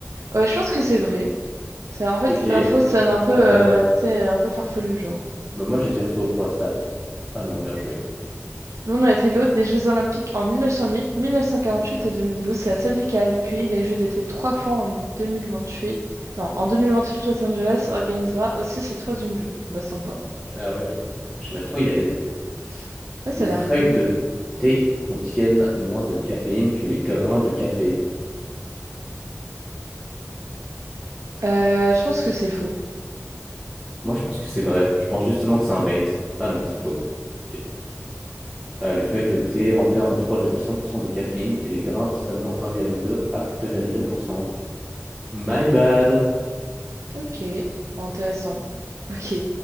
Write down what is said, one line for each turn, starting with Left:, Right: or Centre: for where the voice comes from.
Right: Euh, je pense que c'est vrai. Ça, en fait,
Centre: Ok.
Right: l'info sonne un peu,
Centre: Euh,
Right: euh, tu sais, un peu farfelu, genre.
Centre: bah, moi, je vais dire faux pour la stat. Ah non, bien joué.
Right: Londres a été l'hôte des Jeux Olympiques en 1908, 1948 et 2012. C'est la seule ville qui a accueilli les Jeux d'été trois fois en 2028. Non, en 2028, Los Angeles organisera aussi ses troisièmes Jeux. Bah, sympa.
Centre: Ah ouais. Je sais pas trop, il y a les,
Right: Ouais, ça
Centre: les
Right: a
Centre: feuilles
Right: l'air cool.
Centre: de thé contiennent moins de caféine que les grains de café.
Right: Euh, je pense que c'est faux.
Centre: Moi, je pense que c'est vrai. Je pense justement que c'est un bait. Ah non, c'est faux. Ok. Euh, les feuilles de thé renferment 3,5% de caféine et les grains seulement 1,2 à 2,2%. My bad.
Right: Ok, intéressant. Ok.